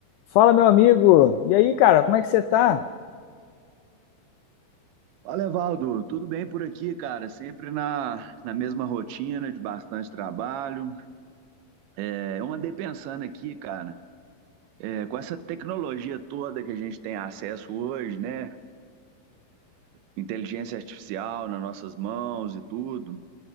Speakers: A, on the left; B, on the right.
A: Fala, meu amigo. E aí, cara, como é que você tá?
B: Fala, Evaldo. Tudo bem por aqui, cara? Sempre na, na mesma rotina de bastante trabalho. É, eu andei pensando aqui, cara, é, com essa tecnologia toda que a gente tem acesso hoje, né? Inteligência artificial nas nossas mãos e tudo.